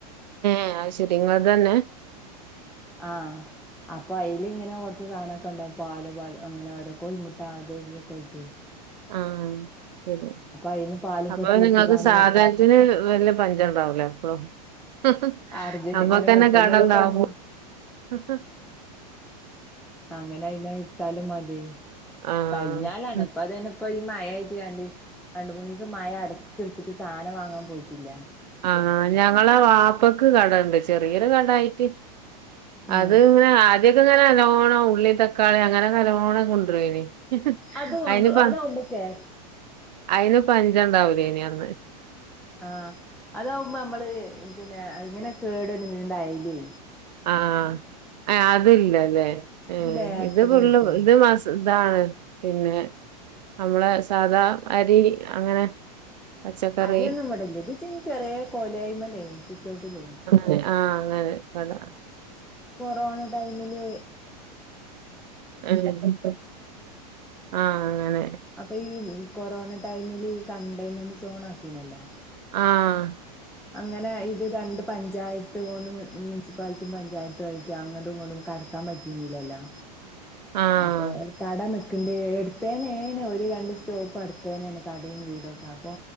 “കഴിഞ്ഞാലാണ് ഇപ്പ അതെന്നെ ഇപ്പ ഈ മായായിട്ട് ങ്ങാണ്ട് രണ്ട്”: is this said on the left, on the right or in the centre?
Centre